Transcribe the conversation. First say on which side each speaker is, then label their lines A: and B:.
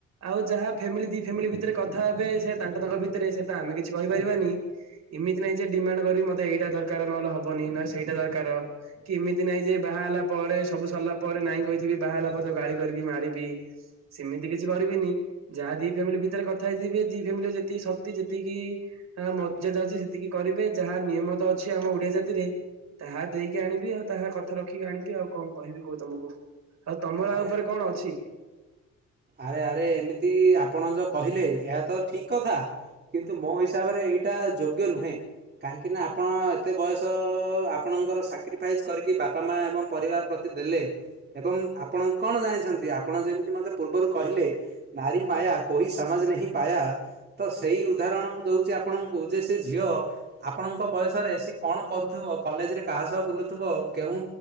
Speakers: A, on the right; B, on the right.
A: ଆଉ ଯାହା ଫ୍ୟାମିଲି ଦି ଫ୍ୟାମିଲି ଭିତରେ କଥା ହେବେ ସେ ତାଙ୍କ ତାଙ୍କ ଭିତରେ ରେ ସେ ତ ଆମେ କିଛି କହିପାରିବା ନି ଏମିତି ନାଇଁ ଯେ ଡିମାଣ୍ଡ କ ରି ମତେ ଏଇଟା ଦରକାର ନହଲେ ହବନି ନା ସେଇଟା ଦରକାର କି ଏମିତି ନାଇଁ ଯେ ବାହା ହେଲା ପରେ ସବୁ ସରିଲା ପ ପରେ ନାଇଁ କହିଥିବି। ବାହାହେଲା ପରେ ତାକୁ ଗାଳି କରିବି, ମାରିବି ସେମିତି କିଛି କରିବିନି। ଯାହା ଦି ଫ୍ୟାମିଲି ଭିତରେ କଥା ହେଇଥିବେ ଦି ଫ୍ୟାମିଲିର ଯେତିକି ଶକ୍ତି ଯେତିକି ଆ ମର୍ଯ୍ୟାଦା ଅଛି ସେତିକି କରିବେ ଯାହା ନିୟମ ତ ଅଛି ଆମ ଓଡିଆ ଜାତିରେ ତାହା ଦେଇକି ଆଣିବି ଆଉ ତାହା କଥା ରଖିକି ଆଣିବି ଆଉ କଣ କହିବି କୁହ ତମକୁ। ଆଉ ତମଳା
B: ଆରେ
A: ଉପରେ କଣ ଅଛି?
B: ଆରେ ଆରେ ଏମିତି ଆପଣ ଯୋ କହିଲେ ଏହା ତ ଠିକ କଥା। କିନ୍ତୁ ମୋ ହି ସାବରେ ଏଇଟା ଯୋଗ୍ୟ ନୁହେଁ। କାହିଁକି ନା ଆପଣ ଏତେ ବୟସ ଆପଣଙ୍କର ସାକ୍ରିଫାଇସ୍ କରିକି ବାପା ମା ଏବଂ ପରିବାର ପ୍ରତି ଦେଲେ ଏବଂ ଆପଣ କଣ ଜାଣିଛନ୍ତି ଆପଣ ଯେମିତି ମତେ ପୂର୍ବରୁ କହିଲେ ନାରୀ ମାୟା କୋଇ ସମଝ୍ ନେଇଁ ପାୟା ତ ସେଇ ଉଦାହରଣ ମୁଁ ଦଉଛି। ଆପଣଙ୍କୁ ଯେ ସେ ଝିଅ ଆପଣଙ୍କ ବୟସରେ ସେ କଣ କରୁଥିବ, କଲେଜରେ କାହା ସହ ବୁଲୁଥିବ। ତ କେଉଁ